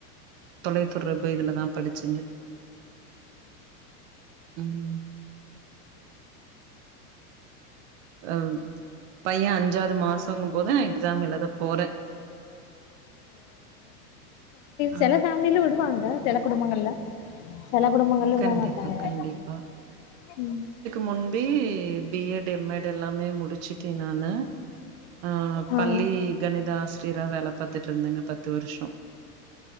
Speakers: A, on the right; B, on the left.
A: தொலைதொடர் இப்ப இதுலதா படிச்சங்க உம் அ பைய அஞ்சாவது மாசங்கும் போது நா எக்ஸாம் எழுத போறே ஆ
B: செல பேமலில விடுவாங்க சில குடும்பங்கள்ல சில குடும்பங்கள்ல விட
A: கண்டிப்பா
B: மாட்டாங்க
A: கண்டிப்பா
B: உம்
A: முன்பே பிஎட் எம்எட் எல்லாமே முடிச்சுட்டே நானு ஆஹ்
B: ஆ
A: பள்ளி கணித ஆசிரியரா வேல பாத்துட்டு இருந்தேங்க பத்து வருஷம்